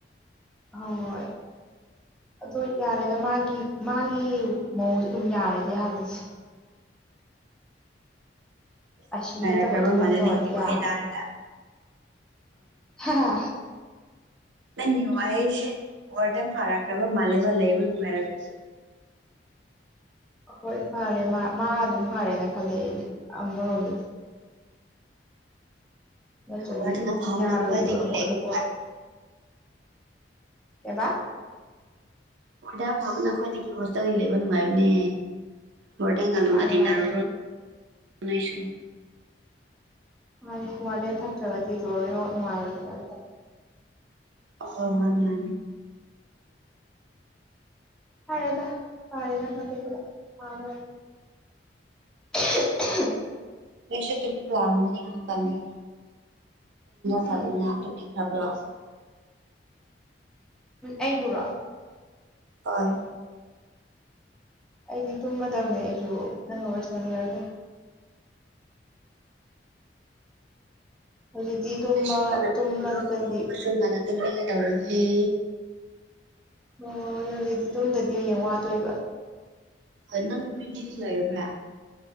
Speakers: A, in the centre; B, on the right (about 85°).
A: ꯍꯣꯏ ꯑꯣ ꯌꯥꯔꯦꯗ ꯃꯥꯒꯤ ꯃꯥꯒꯤ ꯃꯑꯣꯡꯁ ꯑꯗꯨꯝ ꯌꯥꯔꯦꯗ ꯑꯩꯍꯜꯂꯤꯁꯦ
B: ꯅꯨꯡꯉꯥꯏꯔꯛꯈ꯭ꯔꯕ
A: ꯑ ꯁꯤꯃꯦꯠꯇꯕ
B: ꯃꯥꯜꯂꯦ
A: ꯑꯌꯥ
B: ꯅꯪꯒꯤ ꯋꯥꯍꯩ ꯇꯥꯔꯒ
A: ꯑ
B: ꯅꯪ ꯋꯥꯍꯩꯁꯦ ꯋꯥꯔꯗ ꯐꯥꯔꯛꯈ꯭ꯔꯕ ꯃꯥꯜꯂꯦꯕ ꯂꯩꯕ ꯅꯨꯡꯉꯥꯏꯔꯛ꯭ꯔꯦ
A: <inaudible> ꯍꯣꯏ ꯐꯔꯦ ꯃꯥ ꯃꯥ ꯑꯗꯨꯝ ꯐꯔꯦꯅ ꯈꯜꯂꯦ ꯑꯩꯗꯤ ꯑꯃꯔꯣꯝꯗꯗꯤ ꯅꯠꯇ꯭ꯔꯗꯤ
B: ꯋꯥꯔꯗꯟ ꯑꯐꯥꯕꯅ
A: ꯌꯥꯔꯣꯏꯗꯕ
B: ꯈ꯭ꯋꯥꯏꯗꯒꯤ
A: ꯑꯃꯨꯛ
B: ꯂꯩꯕ
A: ꯑꯗꯨ
B: ꯅꯨꯡꯉꯥꯏꯕꯅꯦ
A: ꯀꯕꯥ
B: ꯍꯣꯏꯗꯥ ꯐꯕꯅ ꯈ꯭ꯋꯥꯏꯗꯒꯤ ꯀ ꯍꯣꯁꯇ ꯂꯩꯕ ꯅꯨꯡꯉꯥꯏꯕꯅꯦ ꯔ ꯇꯥꯏꯉ ꯂꯨꯅ
A: ꯃꯥꯅꯦ
B: ꯇꯅꯔ
A: ꯃꯥꯅꯦ
B: ꯥꯏꯁꯨ
A: ꯃꯥ ꯋꯥꯔꯗꯦꯟ ꯐꯠꯇ꯭ꯔꯕꯗꯤꯗꯣꯅꯣ ꯅꯨꯡꯉꯥꯏꯔꯗꯨꯅꯦ ꯑꯝꯇ
B: ꯑꯣ ꯃꯥꯅꯦ
A: ꯍꯥꯏꯔꯗ ꯄꯥꯔꯅ ꯐꯗ ꯄꯨꯔ ꯃꯥꯅꯦ <unintelligible> <unintelligible>
B: ꯁ ꯂꯥꯎꯅꯤ ꯀꯗ
A: ꯎꯝ
B: ꯐꯕꯤꯅ ꯑꯗꯨ ꯊꯕ꯭ꯔꯣ
A: ꯑꯩꯕꯨꯔꯣ
B: ꯑꯣ
A: ꯑꯩꯗꯤ ꯇꯨꯝꯃꯗꯕꯅꯦ ꯑꯩꯁꯨ ꯅꯪꯒ ꯁꯅ ꯂꯣꯏꯔꯒ ꯍꯧꯖꯤꯛꯇꯤ ꯇꯨꯝꯕ
B: ꯂꯥꯏꯁ ꯉꯅ
A: ꯇꯨꯝꯕ
B: ꯇꯨꯝꯂꯨꯔꯣ
A: ꯅꯠꯇꯗꯤ
B: ꯈꯨꯣꯏꯁꯨꯝ ꯉꯅ ꯇꯨꯝꯅꯤꯡꯒꯦ ꯇꯧꯔꯒꯦ
A: ꯑꯣꯣꯏꯣꯏ ꯍꯧꯖꯤꯛꯇꯤ ꯇꯝꯗꯗꯤ ꯍꯌꯦꯡ ꯋꯥꯗꯣꯏꯕ
B: ꯑꯗꯨ ꯅ ꯑꯣꯏꯣꯏꯇꯤꯔꯂ ꯑꯦꯕ